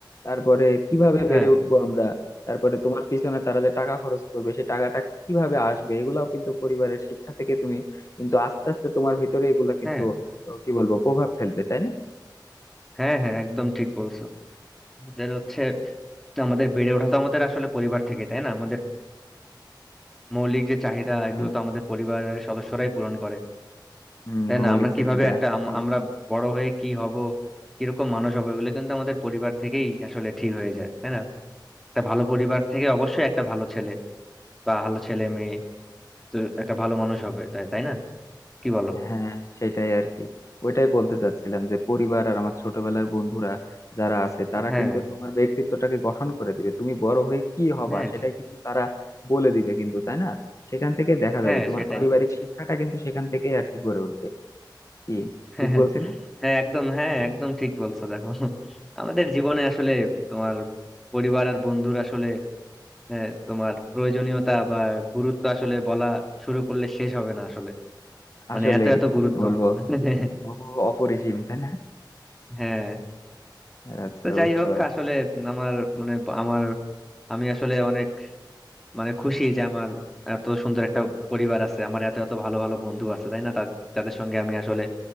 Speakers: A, on the left; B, in the centre.
A: তারপরে কিভাবে
B: হ্যাঁ
A: বেড়ে উঠবো আমরা তারপরে তোমার পিছনে তারা যে টাকা খরচ করবে সেই টাকাটা কিভাবে আসবে এগুলাও কিন্তু পরিবারের শিক্ষা থেকে তুমি কিন্তু আস্তে আস্তে তোমার ভিতরে এগুলা কিন্তু
B: হ্যাঁ
A: ও, কি বলবো প্রভাব ফেলবে তাই না
B: হ্যাঁ হ্যাঁ একদম ঠিক বলছো আমাদের হচ্ছে আমাদের বেড়ে ওঠা তো আমাদের আসলে পরিবার থেকে তাই না আমাদের মৌলিক যে চাহিদা
A: হ্যাঁ
B: এগুলো তো আমাদের পরিবারের সদস্যরাই পূরণ করে
A: হম
B: তাই
A: মৌলিক
B: না আমরা
A: চাহিদা
B: কিভাবে একটা আম-
A: ঠিক
B: আমরা
A: আছে
B: বড় হয়ে কি হব কিরকম মানুষ হবো এগুলো কিন্তু আমাদের পরিবার থেকেই আসলে ঠিক হয়ে যায় তাই না একটা ভালো পরিবার
A: হ্যাঁ।
B: থেকে অবশ্যই একটা ভালো ছেলে বা ভালো ছেলে মেয়ে তো একটা ভালো মানুষ হবে তাই তাই না কি বলো
A: হ্যাঁ সেটাই আর কি ওইটাই বলতে চাচ্ছিলাম যে পরিবার আর আমার ছোটবেলার বন্ধুরা যারা আছে তারা
B: হ্যাঁ
A: কিন্তু তোমার ব্যক্তিত্বটাকে গঠন করে দিবে তুমি বড় হয়ে কি হবা
B: হ্যাঁ
A: সেটাই কিন্তু তারা বলে দিবে কিন্তু তাই না সেখান থেকে দেখা
B: হ্যাঁ
A: যাবে তোমার
B: সেটাই
A: পারিবারিক শিক্ষাটা কিন্তু সেখান থেকেই আর কি গড়ে উঠবে কি
B: <laughs>
A: ঠিক বলছি না
B: হ্যাঁ একদম হ্যাঁ একদম ঠিক বলছো দেখো আমাদের জীবনে আসলে তোমার পরিবার আর বন্ধুর আসলে আহ, তোমার প্রয়োজনীয়তা বা গুরুত্ব আসলে বলা শুরু করলে শেষ হবে না আসলে
A: আসলে
B: মানে এত এত
A: কি
B: গুরুত্ব
A: বলবো
B: <laughs>
A: অপ- অপরিসীম তাই না
B: হ্যাঁ
A: আচ্ছা
B: তো যাই
A: বুঝতে
B: হোক
A: পারছি
B: আসলে আমার মানে ব- আমার আমি আসলে অনেক মানে খুশি যে আমার এত সুন্দর একটা পরিবার আছে আমার এত এত ভালো ভালো বন্ধু আছে তাই না তা- যাদের সঙ্গে আমি আসলে